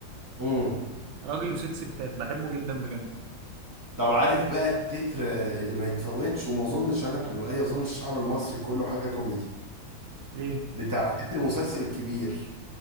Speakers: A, on the right (about 20°); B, on the right (about 80°).
A: امم
B: راجل وست ستات بحبه جدا بجد
A: طب عارف بقى التتر اللي ما يتفوتش وما اظنش انا كان له اي اظن الشعب المصري كله حاجه كوميدي
B: ليه
A: بتاع تتر مسلسل الكبير